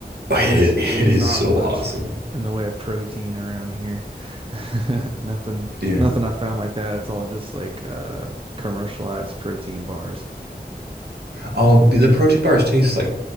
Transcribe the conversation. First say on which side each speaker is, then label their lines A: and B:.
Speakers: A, on the right; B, on the right.
A: It,
B: Yeah, There's not
A: it is so
B: much
A: awesome.
B: in the way of protein around here. <laughs> Nothing,
A: Yeah.
B: nothing I found like that. It's all just like uh commercialized protein bars.
A: all the protein bars taste like